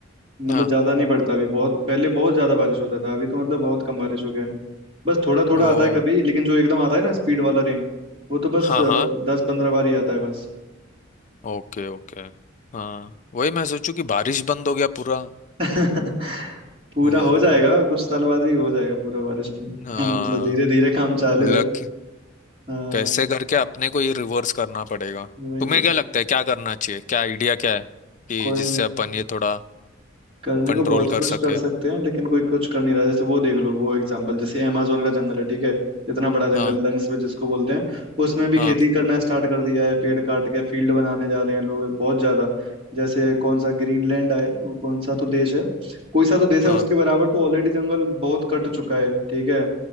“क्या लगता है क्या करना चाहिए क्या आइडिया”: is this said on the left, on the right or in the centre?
Left